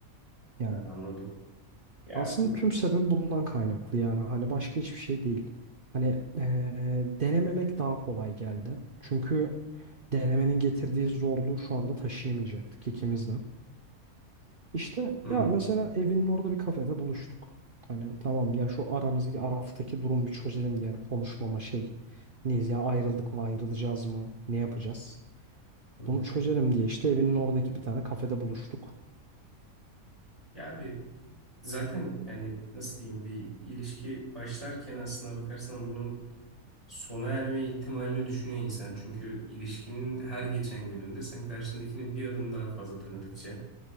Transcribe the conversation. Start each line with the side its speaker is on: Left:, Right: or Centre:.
Right: Yani
Left: Ha, anladım. Ya
Right: Aslında
Left: bu
Right: tüm sebep bundan kaynaklı yani hani başka hiçbir şey değil. Hani eee, denememek daha kolay geldi. Çünkü denemenin getirdiği zorluğu şu anda taşıyamayacaktık ikimiz de. İşte
Left: hmm,
Right: ya mesela evinin orada bir kafede buluştuk. Hani tamam ya şu aramızdaki araftaki durum bir çözelim diye yani konuşmama şey neyiz ya ayrıldık mı ayrılacağız mı ne yapacağız?
Left: hı.
Right: Bunu çözelim diye işte evinin oradaki bir tane kafede buluştuk.
Left: Ya bir zaten yani nasıl diyeyim bir ilişki başlarken aslına bakarsan bunun sona erme ihtimalini düşünüyor insan. Çünkü ilişkinin her geçen gününde sen karşındakini bir adım daha fazla tanıdıkça